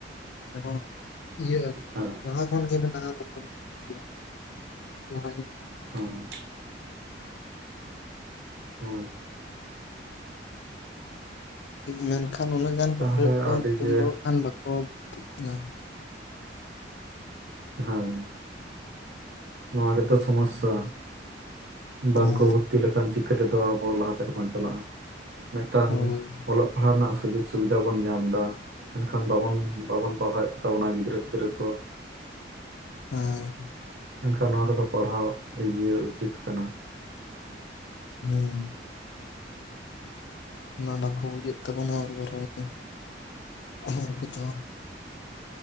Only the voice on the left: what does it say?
<unintelligible> ᱤᱭᱟᱹ
ᱞᱟᱦᱟ ᱠᱷᱚᱱ ᱜᱮ ᱢᱮᱱᱟᱜᱼᱟ᱾ <inaudible> ᱞᱟᱦᱟ ᱧᱚᱜ
ᱢᱮᱱᱠᱷᱟᱱ ᱩᱱᱟᱹᱜ ᱜᱟᱱ
ᱯᱟᱹᱴᱷᱩᱣᱟᱹ ᱫᱚ
ᱱᱤᱛᱚᱝ ᱫᱚ ᱱᱟᱜ ᱠᱷᱟᱱ ᱵᱟᱠᱚ ᱵᱷᱳᱨᱛᱤ ᱠᱟᱱᱟ ᱾
ᱦᱮᱸ
ᱦᱳᱭ
ᱦᱮᱸ
ᱦᱩᱸ ᱚᱱᱟ ᱵᱟᱠᱚ ᱵᱩᱡᱮᱜ ᱛᱟᱵᱚᱱᱟ ᱟᱵᱚ ᱨᱮᱱ ᱦᱚᱲ ᱠᱚᱫᱚ